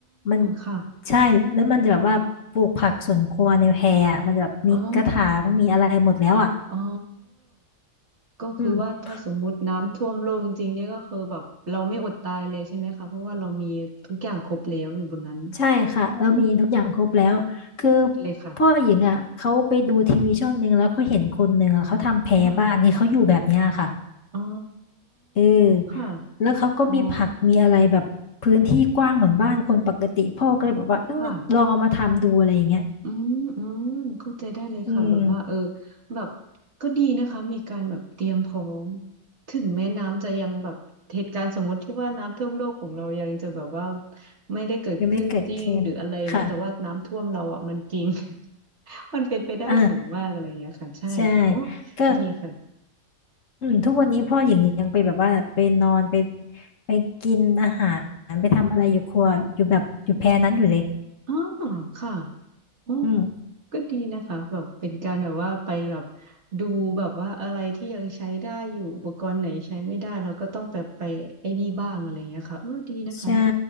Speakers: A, on the left; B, on the right.
A: มัน
B: ค่ะ
A: ใช่แล้วมันจะแบบว่าปลูกผักสวนครัวในแพอ่ะมันจะแบบมีกระถางมีอะไรหมดแล้วอ่ะ
B: อ๋ออ๋อก็คือว่าถ้าสมมุติน้ำท่วมโลกจริงๆเนี่ยก็คือแบบเราไม่อดตายเลยใช่ไหมคะเพราะว่าเรามีทุกอย่างครบแล้วอยู่บนนั้น
A: อืม ใช่ค่ะเรามีทุกอย่างครบแล้วคือ
B: อืมหมดเลยค่ะ
A: พ่อหญิงอ่ะเขาไปดูทีวีช่องหนึ่งแล้วเขาเห็นคนหนึ่งอ่ะเขาทำแพรบ้านนี่เขาอยู่แบบเนี้ยค่ะ
B: ค่ะ อ๋อ
A: เออ
B: ค่ะ
A: แล้วเขาก็มีผักมีอะไรแบบพื้นที่กว้างเหมือนบ้านคนปกติพ่อก็เลยแบบว่าเออลองเอามาทำดูอะไรอย่างเงี้ย
B: อ๋อค่ะอืมอืมเข้าใจได้เลยค่ะแบบว่าเออ
A: อืม
B: แบบก็ดีนะคะมีการแบบเตรียมพร้อมถึงแม้น้ำจะยังแบบเหตุการณ์สมมติที่ว่าน้ำท่วมโลกของเรายังจะแบบว่าไม่ได้เกิดขึ้นจริงหรืออะไรอย่างเงี้ยแต่ว่าน้ำท่วมเราอ่ะมันจริง
A: ยังไม่เกิดขึ้นค่ะ
B: <laughs> มันเป็นไปได้สูงมากอะไรอย่างเงี้ยค่ะใช่ค่ะโอ้
A: อ่าใช่ก็
B: ดีค่ะ
A: อืมทุกวันนี้พ่อหญิงยังไปแบบว่าไปนอนไปไปกินอาหารไปทำอะไรอยู่ครัวอยู่แบบอยู่แพรนั้นอยู่เลย
B: อ๋อค่ะอ๋อ
A: อืม
B: ก็ดีนะคะแบบเป็นการแบบว่าไปแบบดูแบบว่าอะไรที่ยังใช้ได้อยู่อุปกรณ์ไหนใช้ไม่ได้เราก็ต้องแบบไปไอ้นี่บ้างอะไรอย่างเงี้ยค่ะเออดีนะคะเนี่ย
A: ใช่